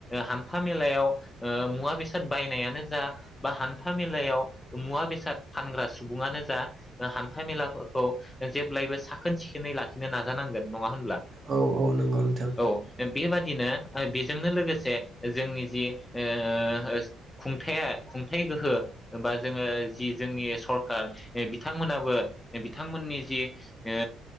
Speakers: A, on the left (about 15°); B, on the right (about 35°).
A: हान्थामेलायाव ओह मुवा बेसाद बायनायानो जा बा हान्था मेलायाव मुवा बेसाद फानग्रा सुबुङानो जा हान्था मेलाफोरखौ जेब्लायबो साखोन सिखोनै लाखिनो ना नांगोन नङा होन ब्ला?
B: औ औ नंगौ नोंथां
A: औ बेबादिनो ओ बेजोंनो लोगोसे जोंनि जि ओह खुंथाया खुंथाय गोहो बा जोङो जि जोंनि सरखार बिथांमोनाबो बिथांमोननि जि ओ